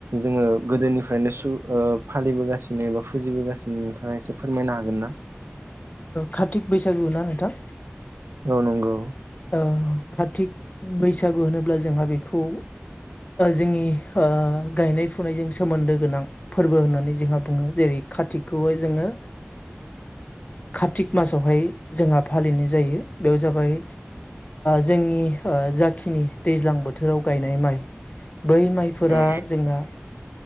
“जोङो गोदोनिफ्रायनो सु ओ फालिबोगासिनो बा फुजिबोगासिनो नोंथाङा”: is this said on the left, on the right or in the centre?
Right